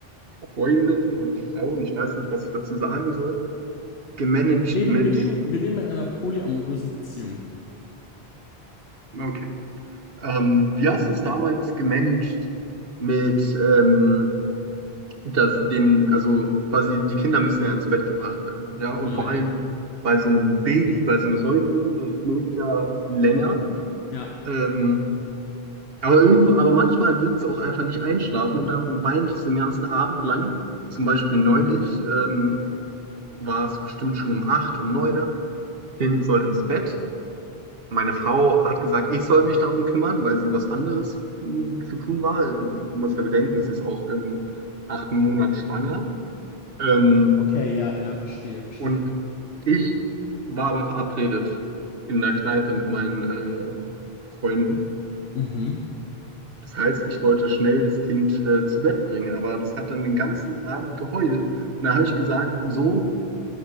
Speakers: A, on the right; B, on the left.
A: Freundinnen oder Frauen, ich weiß nicht, was ich dazu sagen soll, gemanagt
B: Leben,
A: mit,
B: wir leben, wir leben in einer polyamorösen Beziehung.
A: okay, ähm, wie hast du es damals gemanagt mit, ähm, dass den, also quasi die Kinder müssen ja ins Bett gebracht werden, ja,
B: Genau,
A: und vor
B: ja.
A: allem bei so einem Baby, bei so einem Säugling, das schläft ja länger.
B: Ja.
A: Ähm, Aber, irgendwo, aber manchmal willst du auch einfach nicht einschlafen und dann weinst du den ganzen Abend lang. Zum Beispiel neulich ähm, war es bestimmt schon um 8, um 9 Kind sollte ins Bett. Meine Frau hat gesagt, ich soll mich darum kümmern, weil sie was anderes ähm, zu tun war. Ähm, Du musst ja bedenken, sie ist auch im achten Monat schwanger. Ähm,
B: Okay, ja, ja, verstehe, verstehe.
A: und ich war aber verabredet in der Kneipe mit meinen äh, Freunden.
B: Mhm.
A: Das heißt, ich wollte schnell das Kind äh, zu Bett bringen, aber das hat dann den ganzen Abend geheult. Und da habe ich gesagt, so,